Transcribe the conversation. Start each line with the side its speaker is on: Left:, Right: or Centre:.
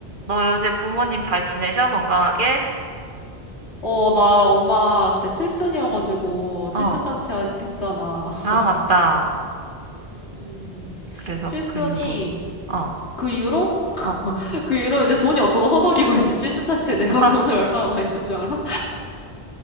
Right: 너 요새 부모님 잘 지내셔? 건강하게?
Left: 어, 나 엄마 그때 칠순이어가지고 칠순
Right: 어,
Left: 잔치 하- 했잖아. <laughs>
Right: 아, 맞다.
Left: 음,
Right: 그래서
Left: 칠순이
Right: 그 이후로. 어,
Left: 그 이후로 <laughs>
Right: 어.
Left: 그 이후로 이제 돈이 없어서 허덕이고 있지. 칠순 잔치에 내가
Right: <laughs>
Left: <laughs> 돈을 얼마나 많이 쓴 줄 알아?